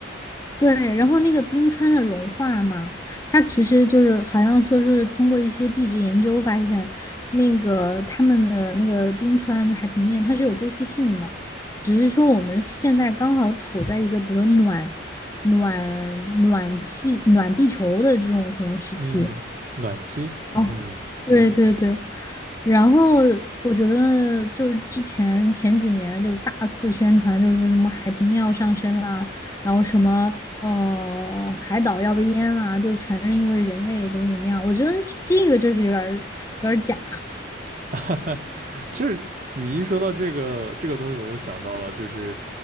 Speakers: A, on the left; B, on the right.
A: 对，然后那个冰川的融化嘛，它其实就是好像说是通过一些地质研究发现，那个他们的那个冰川就海平面它是有周期性的，只是说我们现在刚好处在一个比如说暖暖暖气暖地球的这种可能时期，
B: 嗯，暖气，
A: 哦，
B: 嗯，
A: 对对对，然后我觉得就是之前前几年就是大肆宣传，就是说什么海平面要上升啦，然后什么呃海岛要被淹啦，就是全是因为人类怎么怎么样，我觉得这个就是有点儿有点儿假。
B: <laughs> 就是你一说到这个这个东西，我又想到了，就是